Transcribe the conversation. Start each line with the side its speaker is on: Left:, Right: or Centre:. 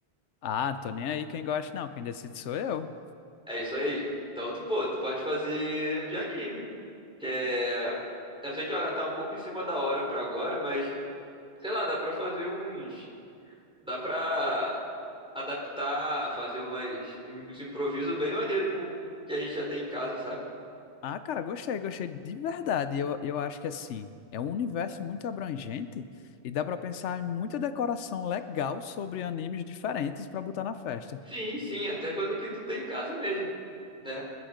Left: ah, tô nem aí quem gosta, não, quem decide sou eu.
Centre: É isso aí. Então, tu, pô, tu pode fazer de anime. Que é... Eu sei que ela tá um pouco em cima da hora pra agora, mas, sei lá, dá pra fazer uns... Dá pra adaptar, fazer umas... uns improvisos bem maneiros com que a gente já tem em casa, sabe?
Left: Ah, cara, gostei, gostei de verdade. Eu, eu acho que assim, é um universo muito abrangente e dá pra pensar em muita decoração legal sobre animes diferentes pra botar na festa.
Centre: Sim, sim, até coisa que tu tem em casa mesmo, né?